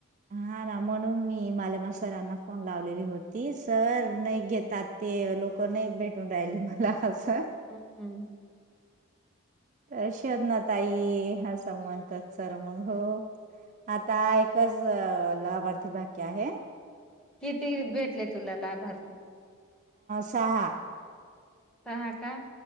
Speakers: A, on the right (about 35°); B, in the centre.
A: हा ना म्हणून मी मालेमा सरांना फोन लावलेली होतीस. सर नाही घेतात ते लोक नाही भेटून राहिले मला असं.
B: हम्म
A: तर शवजना ताई ह. स म्हणतात सर मग हो आता एकच लाभार्थी भाक्य आहे.
B: किती भेटले तुला लाभार्थी
A: सहा.
B: का